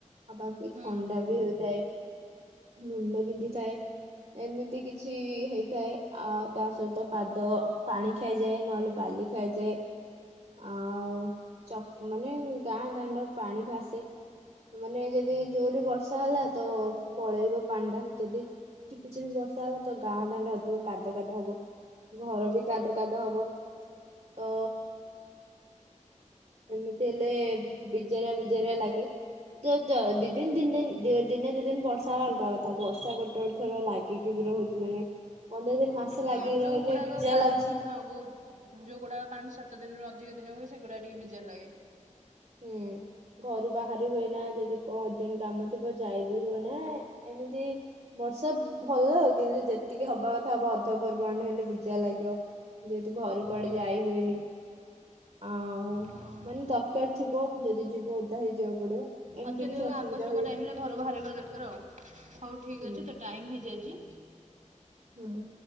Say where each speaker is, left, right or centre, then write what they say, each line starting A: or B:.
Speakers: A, on the right; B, on the right.
A: ଆଉ ବାକି
B: ହୁଁ
A: ଥଣ୍ଡା ବି ହୋଇଥାଏ ମୁଣ୍ଡ ବିନ୍ଧିଥାଏ। ଏମିତି କିଛି ହେଇଥାଏ ଆ ତା ସହିତ ପାଦ ପାଣି ଖାଇଯାଏ ନହେଲେ ବାଲି ଖାଇଯାଏ। ଆଉ ମାନେ ଗାଁ ଦାଣ୍ଡ ପାଣି ଭାସେ। ମାନେ ଯଦି ଜୋରି ବର୍ଷା ହେଲା ତ ପଳେଇବ ପାଣି ଟା ଯଦି ଚିପି ଚିପି ବର୍ଷା ହେଲା ତ ଗାଁ ଦାଣ୍ଡ ଅଧିକ କାଦ କାଦ ହବ। ଘର ବି କାଦ
B: ହଁ
A: କାଦ ହବ ତ ଏମିତି ହେଲେ ବିଜାରିଆ ବିଜାରିଆ ଲାଗେ। ଯୋ ଦି ଦିନ ତିନ ଦିନ ଦିନେ ଦି ଦିନ ବର୍ଷା ର ଅଲଗା କଥା ବର୍ଷା ଗୋଟେ ଗୋଟେ ଥର ଲାଗେ ଗିକି ବି ରହୁଛି ମାନେ ପନ୍ଦର ଦିନି ମାସେ ଲାଗିକି
B: ହଁ ଯେଉଁଗୁଡ଼ାକ
A: ରହିଲେ ବିଜା
B: ପାଞ୍ଚ
A: ଲାଗୁଛି।
B: ହଁ ଗୋ ଯେଉଁଗୁଡ଼ାକ ପାଞ୍ଚ ସାତ ଦିନରୁ ଅଧିକ ଦିନ ହୁଏ ସେଗୁଡ଼ା ଟିକେ ବିଜାର ଲାଗେ।
A: ହୁଁ। ଘରୁ ବାହାରି ହୁଏ ନା ଯଦି କଣ ଅର୍ଜେଣ୍ଟ କାମ ଥିବ ଯାଇବି ହୁଏ ନା ଏମିତି ବର୍ଷା ଭଲ କିନ୍ତୁ ଯେତିକି ହବା କଥା ହବ ଅଧିକ ପରିମାଣରେ ହେଲେ ବିଜା ଲାଗିବ। ଯେହେତୁ ଘର କୁଆଡେ
B: ହୁଁ
A: ଯାଇ ହୁଏନି ଆଉ
B: ହଁ
A: ମାନେ ଦରକାର ଦରକାର ଥିବ ଯଦି ଯିବ ଓଦା ହେଇଯିବାକୁ ପଡିବ। ଏମିତି
B: ଅତ୍ୟଧିକ
A: କିଛି ଅସୁବିଧା
B: ଆବଶ୍ୟକ
A: ହୁଏ
B: ଟାଇମ ରେ ଘର ବାହାରିବା ଦରକାର ଆଉ ହଉ ଠିକ୍
A: ହୁଁ
B: ଅଛି ତ ଟାଇମ୍ ହେଇଯାଇଛି।
A: ହଁ।